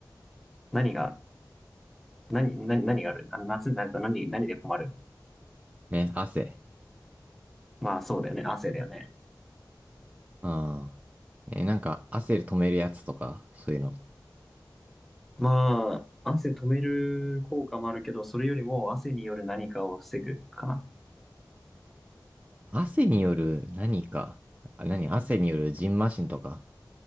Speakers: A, in the centre; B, on the right.
A: 何が、何、何、何があるあ夏になると何、何で困る
B: ね、汗。
A: まあそうだよね。汗だよね。
B: ああ。え、なんか、汗止めるやつとか、そういうの。
A: まあ、汗止める効果もあるけど、それよりも汗による何かを防ぐかな。
B: 汗による何か。あ、何汗による蕁麻疹とか。